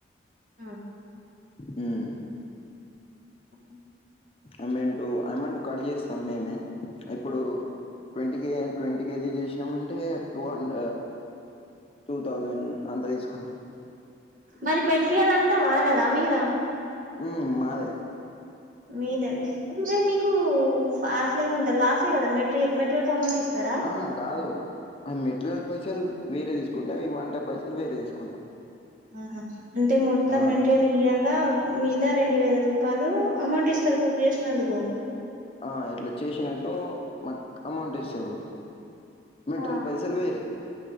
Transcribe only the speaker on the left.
మ్మ్
అమౌంటు అమౌంట్ కడజేస్తాం మేమే ఇప్పుడు ట్వంటీ కే ట్వంటీ కేజీస్ చేసినామంటే టూ హండ టూ థౌజండ్ అంతా తీసుకుంటాం
మ్మ్ మాదే
ఆ కాదు ఆ మెటీరియల్ పైసలు వేరే తీసుకుంటాం ఈ వంట పైసలు వేరే తీసుకుంటాం
ఆ!
ఆ ఇట్లా చేసినట్టు మాకు అమౌంట్ ఇస్తారు మెట్రాల్
పైసల్ వేరే